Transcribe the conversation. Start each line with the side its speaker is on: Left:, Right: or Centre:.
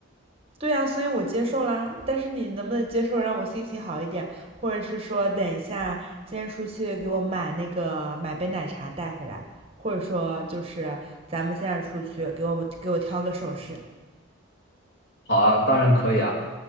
Right: 对啊，所以我接受啦。但是你能不能接受让我心情好一点，或者是说等一下今天出去给我买那个买杯奶茶带回来，或者说就是咱们现在出去给我们给我挑个首饰。
Left: 好啊，当然可以啊，